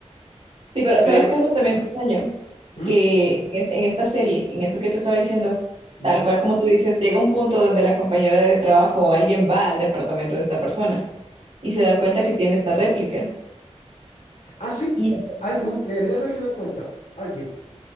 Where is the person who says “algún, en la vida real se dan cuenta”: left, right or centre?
Left